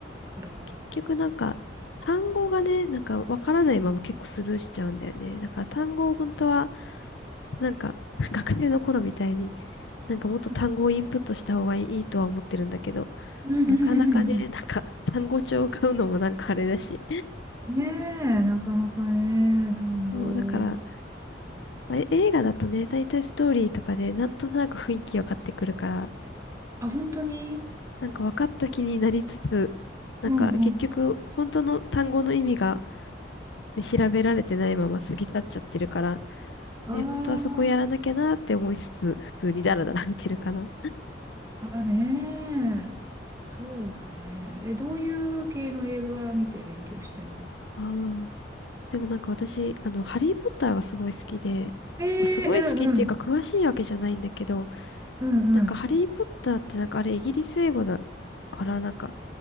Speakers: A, on the right; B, on the left.
A: から。
B: 結局なんか、単語がね、なんかわからないまま結構スルーしちゃうんだよね。だから単語を本当は、なんか、<laughs> 学生の頃みたいに、なんかもっと単語をインプットした方がいいとは思ってるんだけど、
A: うん <laughs>
B: なかなかね、なんか単語帳を買うのもなんかあれだし。
A: ねえ、なかなかね、単語。
B: そう、だから、まあえ映画だとね、だいたいストーリーとかでなんとなく雰囲気分かってくるから、
A: あ、本当に
B: なんか分かった気になりつつ、なんか結局本当の単語の意味が
A: うんうん。
B: で、調べられてないまま過ぎ去っちゃってるから、
A: あ
B: ね、本当はそこやらなきゃなって思いつつ、普通にダラダラ見てるかな。
A: あ、あねえ。そうだね。え、どういう系の映画見て勉強してんの
B: ああ。でもなんか私、あの、ハリー・ポッターがすごい好きで、
A: ええうんうん。
B: まあ、すごい好きっていうか詳しいわけじゃないんだけど、
A: うんうん。
B: なんかハリー・ポッターってなんかあれイギリス英語だから、なんか、